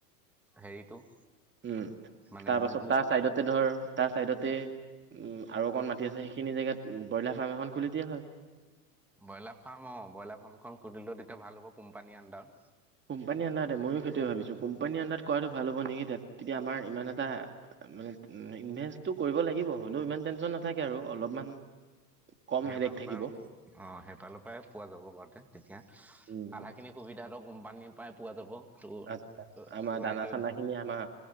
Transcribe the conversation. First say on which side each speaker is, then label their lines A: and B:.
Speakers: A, in the centre; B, on the right (about 25°).
A: হেৰিটো।
B: উম
A: মানে
B: তাৰপাছত
A: গুটো
B: তাৰ চাইডতে ধৰ তাৰ ছাইডতে আৰু অকণ মাটি আছে সেইখিনি জেগাত ব্ৰইলাৰ ফাৰ্ম এখন খুলি দিয়ে ভাল।
A: ব্ৰইলাৰ ফাৰ্ম অ ব্ৰইলাৰ ফাৰ্মখন খুধিলেও তেতিয়া ভাল হ'ব কোম্পানীৰ আডাৰডত।
B: কোম্পানী আণ্ডাৰতে ময়ো সেইটোৱে ভাবিছোঁ কোম্পানী আণ্ডাৰত কৰাটো ভাল হ'ব নেকি তাত তেতিয়া আমাৰ ইমান এটা মানে উ ইনভেচটো কৰিব লাগিব হ'লেও ইমান টেনচন নাথাকে আৰু অলপমান। কম
A: সেইফালৰ
B: হেডেক থাকিব
A: পৰা অ সেইফালৰ পৰাই পোৱা যাব বাৰুতে তেতিয়া
B: উম
A: আধা খিনি সুবিধাটো কোম্পানীৰ পৰাই পোৱা যাব ত'
B: আচ্ছা আমাৰ দানা
A: লাইটৰ,
B: চানা খিনি আমাৰ